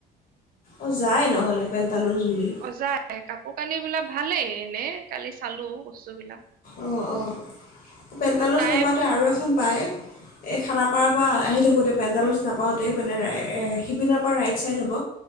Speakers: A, on the left; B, on the right.
A: অ', যাই নহ'লে পেণ্টালুঞ্জ বুলি।
B: অ যায়, কাপোৰ-কানি বিলাক ভালেই এনে কালি চালোঁ বস্তুবিলাক।
A: অ'-অ', পেণ্টালুজ
B: তাই
A: নাপাওঁতে আৰু এখন পায়। এই খানাপাৰাৰ পৰা আহি থাকোঁতে পেণ্ডালচ নাপাওঁতেই, মানে ৰা-শিপিনাৰ পৰা ৰাইট ছাইড হ'ব।